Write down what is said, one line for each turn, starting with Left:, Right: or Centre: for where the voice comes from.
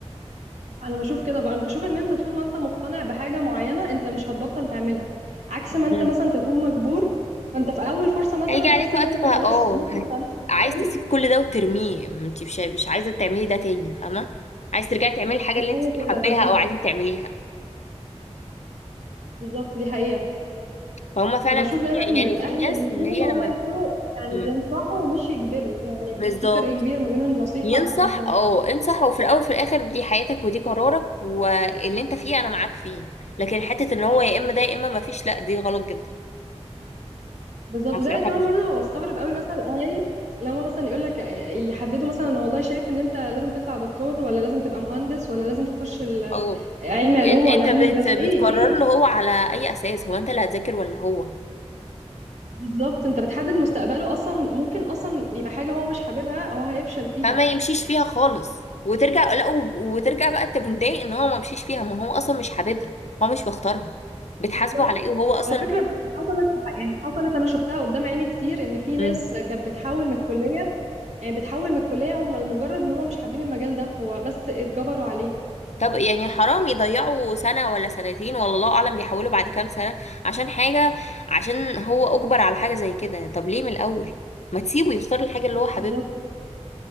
Right: انا بشوف كده بقى انا بشوف ان انت طول ما انت مقتنع بحاجة معينة انت مش هتبطل تعملها عكس ما انت
Left: امم
Right: مثلا تكون مجبور فانت في اول فرصة مثلا
Left: هيجي عليك
Right: تحس
Left: وقت
Right: ان انت
Left: وه-
Right: خلاص
Left: اه
Right: ممكن
Left: هت-
Right: ما تعملش الحاجة
Left: عايز
Right: دي
Left: تسيب كل ده وترميه انت مش مش عايزه تعملي ده تاني فاهمه عايز ترجعي تعملي الحاجه
Right: هتعمل
Left: اللي انت
Right: كده
Left: حباها
Right: بالظبط
Left: او عايزه تعمليها
Right: بالظبط دي حقيقة
Left: فهم فعلا
Right: فبشوف
Left: في
Right: دايما ان
Left: يعني
Right: الاهل
Left: في ناس
Right: المفروض
Left: اللي هي
Right: ان هم
Left: لما
Right: يكونوا يعني
Left: مم.
Right: ينصحوا ومش يجبروا يعني
Left: بالظبط
Right: في في فرق كبير ما بين النصيحه
Left: ينصح
Right: والاجبار
Left: اه انصح وفي الاول وفي الاخر دي حياتك ودي قرارك واللي انت فيه انا معاك فيه لكن حته ان هو يا اما ده يا اما ما فيش لا دي غلط جدا
Right: بالظبط
Left: انا
Right: زي
Left: بصراحه
Right: كمان
Left: بشوف
Right: برضه بستغرب قوي مثلا الاهالي لو هم مثلا يقول لك يحددوا مثلا انا والله شايف ان انت لازم تطلع دكتور ولا لازم تبقى مهندس ولا لازم تخش ال-
Left: اه
Right: علم
Left: ان-
Right: علوم ولا
Left: انت
Right: علم
Left: بت
Right: رياضه
Left: بتقرر
Right: ايه ليه
Left: له هو على اي اساس هو انت اللي هتذاكر ولا هو
Right: بالظبط انت بتحدد مستقبله اصلا ممكن اصلا يبقى حاجه هو مش حاببها هو هيفشل فيها
Left: فما يمشيش فيها خالص وترجع لا و- وترجع بقى انت متضايق ان هو ما مشيش فيها ما هو اصلا مش حاببها هو مش مختارها بتحاسبه
Right: بالظبط.
Left: على ايه وهو اصلا
Right: على فكرة حصلت يعني حصلت أنا شفتها قدام عيني كتير إن في
Left: مم.
Right: ناس كانت بتحول من الكلية يعني بتحول من الكلية هم لمجرد إن هم مش حابين المجال ده هو بس اتجبروا عليه
Left: طب يعني حرام يضيعوا سنة ولا سنتين ولا الله أعلم بيحولوا بعد كام سنة عشان حاجة عشان هو أجبر على حاجة زي كده طب ليه من الأول ما تسيبه يختار الحاجة اللي هو حاببها
Right: بالظبط